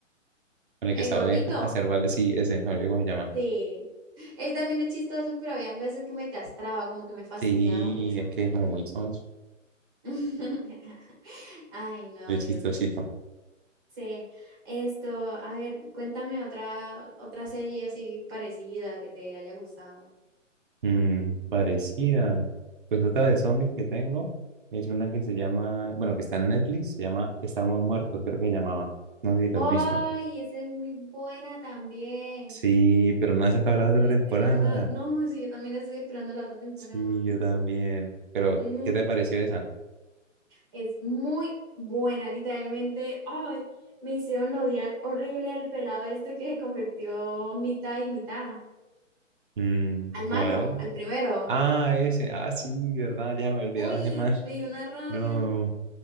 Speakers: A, on the right; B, on the right.
A: con el
B: El
A: que sabe
B: gordito,
A: <laughs> hacer balas. Sí, ese, me olvidé cómo se llama.
B: sí. Él también es chistoso, pero habían veces que me castraba, como que me fastidiaba
A: Sí,
B: mucho.
A: es que es como muy sonso,
B: <laughs> Ay, no,
A: muy chistosito.
B: Dios mío. Sí, esto, a ver, cuéntame otra, otra serie así parecida que te haya gustado.
A: Mm, parecía. Pues otra de zombies que tengo es una que se llama, bueno, que está en Netflix, se llama Estamos Muertos, creo que se llamaba. No sé si lo
B: Ay,
A: has visto.
B: esa es muy buena también.
A: Sí, pero no ha sacado
B: Yo
A: la
B: estoy
A: otra
B: esperando,
A: temporada.
B: no, sí, yo también estoy esperando la otra temporada.
A: Sí, yo también. Pero,
B: No,
A: ¿qué te
B: Dios
A: pareció
B: mío.
A: esa?
B: Es muy buena, literalmente. Ay, me hicieron odiar horrible al pelado este que se convirtió mitad y mitad.
A: Mm,
B: Al
A: ¿cuál?
B: malo, al primero.
A: Ah, ese. Ah, sí, ¿verdad? Ya me he olvidado
B: Uy,
A: de ese más.
B: me dio
A: <laughs>
B: una rabia.
A: No,